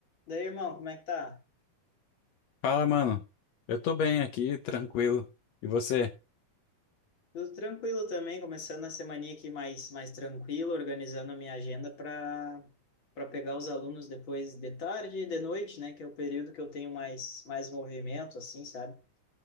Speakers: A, on the left; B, on the left.
A: Daí, irmão, como é que tá?
B: Fala, mano. Eu tô bem aqui, tranquilo. E você?
A: Tudo tranquilo também, começando a semaninha aqui mais, mais tranquilo, organizando a minha agenda para para pegar os alunos depois de tarde e de noite, né? Que é o período que eu tenho mais, mais movimento, assim, sabe?